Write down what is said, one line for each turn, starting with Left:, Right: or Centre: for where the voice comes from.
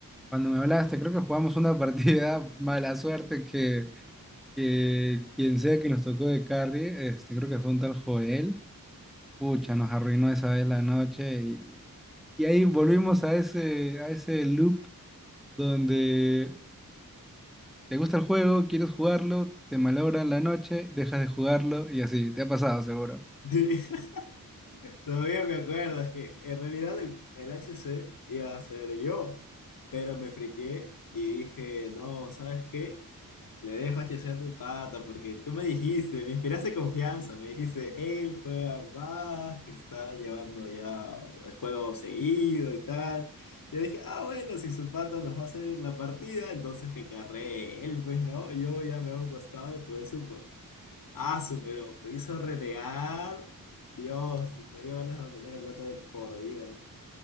Centre: Cuando me hablaste, creo que jugamos una partida <laughs> mala suerte que, que quien sea que nos tocó de carry, este, creo que fue un tal Joel. Pucha, nos arruinó esa vez la noche y, y ahí volvimos a ese, a ese loop donde te gusta el juego, quieres jugarlo, te malogran la noche, dejas de jugarlo y así, te ha pasado seguro.
Left: <laughs> Todavía me acuerdo, es que en realidad el, el H C iba a ser yo, pero me friqué y dije, no, ¿sabes qué? Le dejo H C a tu pata porque tú me dijiste, me inspiraste confianza, me dijiste, él juega más, que está llevando ya el juego seguido y tal. Yo dije, ah, bueno, si su pata nos va a hacer la partida, entonces que carree él, pues no, yo ya me hago un costado, jugué su Ah, su, pero me hizo renegar. Dios, me dio ganas de abandonar el Dota de por vida.